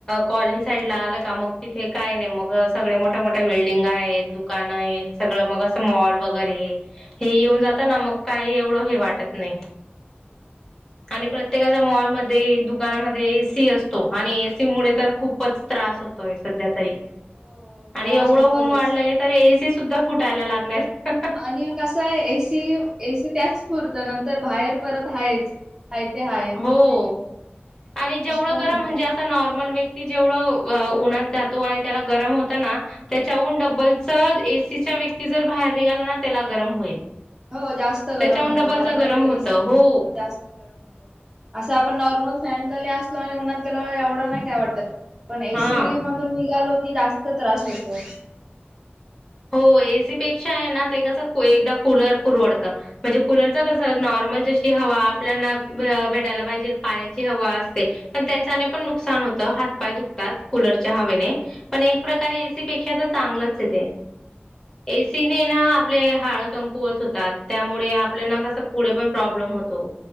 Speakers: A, on the left; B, on the right.
A: कॉलनी साईडं लां आलं कां मंग तिथे कायं नाहीं मंग सगळें मोठ्यां-मोठ्यां बिल्डिंग आहेतं दुकानं आहेतं. सगळं मंग असं मॉल वगैरें हे येऊंन जातांना मंग कांहीं एवढं हे वाटतं नाहीं. आणि प्रत्येकांला
B: हा ना
A: मॉलमध्यें दु दुकानांमध्ये एसी असतो आणि एसी मुळें तरं खूपचं त्रास होतोय संध्या तरी.
B: हो
A: आणि
B: त्रास
A: एवढं
B: होतो
A: ऊंन
B: त्याचा
A: वाढलंय तरं एसी सुद्धां फुटांयला लागल्यांत
B: आणि कसं आहे एसी एसी त्यांचं पुुरतं नंतर बाहेर परंत आहेचं. हांय ते हे आहेय.
A: हो आणि जेवढं
B: पण
A: गरमं
B: होतो
A: म्हणजे असं नॉर्मल व्यक्ती ती जेवढं उन्हांत जातो आणि त्यांला गरमं होतं नां त्यांच्यातून डब्बलच एसीच्या व्यक्ती जरं बाहेर निघांला नां त्यांला गरमं होईल.
B: हो जास्तं गरमं
A: त्याच्याहून
B: होतो
A: डबलच
B: कारणं
A: गरम
B: की ते
A: होत
B: एसी
A: हो
B: जास्तं असं आपणं नॉर्मल फॅन खाली असलो आणि उन्हांत गेलो एवढं नाहीं कायं वाटतं. पणं एसी
A: हा
B: मधूंन निघालो की जास्तं त्रास होतो.
A: हो एसी पेक्षा आहे नां ते कसं एकदां कूंलर पुरवडतं. म्हणजे कुंलरच कसं नॉर्मल जशी हवा आपल्यांना भेटायलां पाहिजे पाण्यांची हवा असते. पणं त्यांच्याचे
B: हा
A: पणं नुकसांन होतं हात पाय दुखतांत कूंलरच्या हवेने पणं एक प्रकारे एसी पेक्षा तरं चांगलंच येते एसी नं
B: तुला
A: नां आपले हाळं कंकुवत होतांत त्यामुळें आपल्यांला कसं पुढे पणं प्रॉब्लेम होतो.